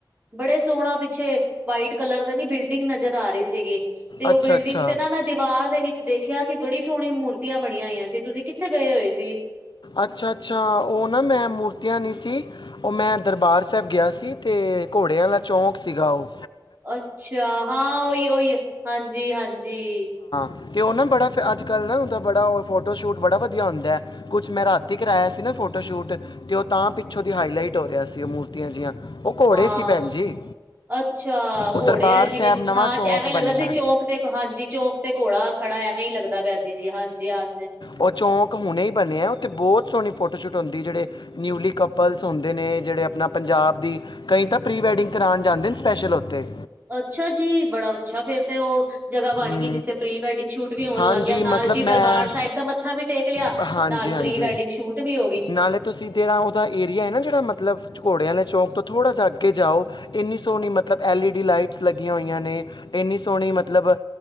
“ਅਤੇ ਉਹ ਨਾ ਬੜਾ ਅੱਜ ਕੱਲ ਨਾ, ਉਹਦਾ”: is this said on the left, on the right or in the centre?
Left